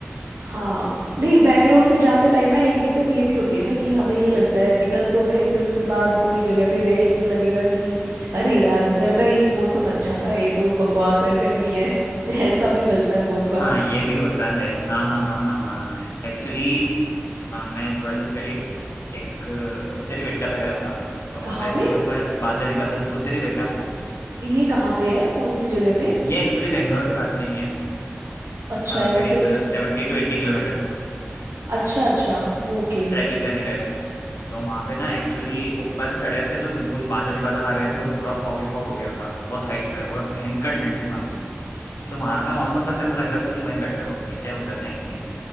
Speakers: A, on the right; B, on the left.
A: हाँ नहीं बैंगलोर से जाते टाइम ना एक दिक्कत ये भी होती है ना कि हमें ये लगता है निकल तो गए फिर उसके बाद कोई जगह पे गए तो लगेगा कि अरे यार उधर का ही मौसम अच्छा था ये तो बकवास है गर्मी है <laughs> ऐसा भी मिलता है बहुत बार
B: हाँ ये भी होता है हाँ हाँ हाँ हाँ हाँ एक्चुअली मैं थोड़े दिन पहले एक अ, उत्तरी बेट्टा पे गया था तो
A: कहाँ
B: वहाँ पे एक्चुअली
A: पे
B: ऊपर बादल ही बादल उत्तरी बेट्टा
A: ये कहाँ पे है कौन सी जगह पे
B: ये एक्चुअली बेंगलोर के पास में ही है
A: अच्छा
B: अ,
A: है वैसे
B: करीब सेवेंटी टू एट्टी किलोमीटर्स
A: अच्छा अच्छा ओके
B: ट्रैकिंग करने गए थे तो वहाँ पे ना एक्चुअली ऊपर चढ़े थे तो बिल्कुल बादल ही बादल आ गए थे और पूरा फॉग ही फॉग हो गया था बहुत हाइट पे और भयंकर ठंड थी वहाँ पे तो वहाँ का मौसम बस ऐसा लग रहा था कि वहीं बैठे रहो नीचे उतरना ही नहीं है